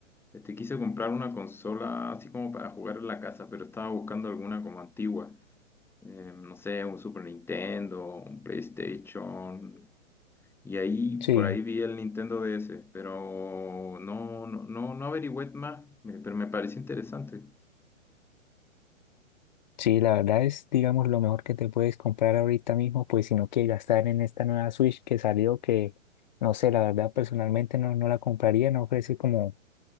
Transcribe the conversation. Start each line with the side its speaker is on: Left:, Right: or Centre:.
Centre: este, quise comprar una consola así como para jugar en la casa, pero estaba buscando alguna como antigua, Eh, no sé, un Super Nintendo, un PlayStation, Y ahí,
Left: Sí,
Centre: por ahí vi el Nintendo DS, pero no, no, no, no averigüé más, me- pero me pareció interesante.
Left: sí, la verdad es, digamos, lo mejor que te puedes comprar ahorita mismo, pues si no quieres gastar en esta nueva Switch que salió, que no sé, la verdad personalmente no, no la compraría, no ofrece como,